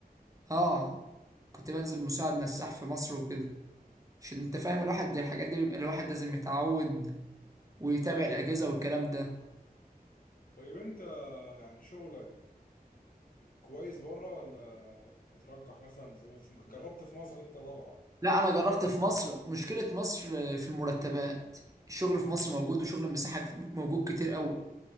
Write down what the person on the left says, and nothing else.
طيب انت يعني شغلك كويس بره ولا بترجح مثلا في... في- جربت في مصر انت طبعا